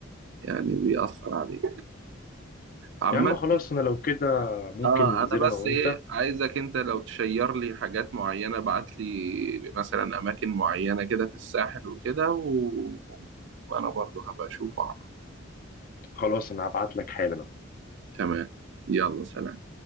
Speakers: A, on the right (about 60°); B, on the left (about 45°).
A: يعني بيأثر عليك عامة
B: يا عم خلاص أنا لو كده ممكن
A: اه انا
B: ننزل
A: بس
B: أنا وأنت
A: ايه عايزك انت لو تشير لي حاجات معينة ابعت لي مثلا اماكن معينة كده في الساحل وكده و... وانا برضو هبقى اشوف واعرف
B: خلاص أنا هبعت لك حالا
A: تمام يلا سلام